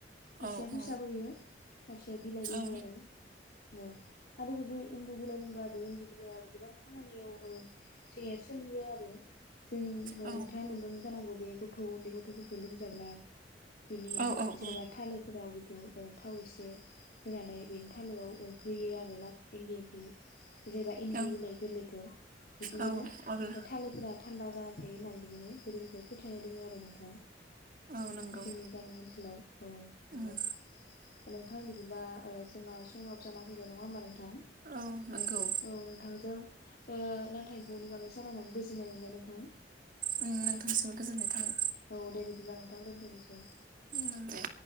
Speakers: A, on the left; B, on the right.
A: खायसे
B: औ
A: फैसाबो
B: औ
A: होयो खायसेया बिलाइबो
B: औ
A: होयो आरो औ। बेै बिदि इन्दि बिलाइ बुंबा बे इन्दि बिलाइआ गोबां खामानियाव ओ सोलियो आरो जों
B: औ
A: नोंथां आ नुदों जानागौ बे गथ' उन्दै गथ'फोरखौ लोमजाब्ला बिनि
B: औ औ
A: जेनेबा थालोफोराव। थ ओ थाव एसे होनानै बेनि थालोआव ओ होयो आरो ला इन्दि एफु। जेनेबा इन्दि
B: औ
A: बिलाइ गोरलैखौ बिदियैनो
B: औ अब्ला
A: थालोफोरा थान्दा जाना थायो होननानै बिदिनो गोदोनिफ्राय फोथायनाय दोङो आरो नोंथां।
B: औ नंगौ
A: जोंनि गामि ओनसोलाव औ
B: उम
A: औ। नोंथां बिदिबा ओ जोंना समाबो जा फैबाय नङा होमबा नोंथां। थां
B: औ नंगौ
A: औ नोंथांजों। ओ नाथाय बेनि बागै सावरायनानै गोजोननाय मोनबाय नोंथां।
B: ओ नोंथांसिम गोजोननाय थाबाय।
A: औ दे बिदिब्ला नोंथां दोनथ'नोसै।
B: ओं दे।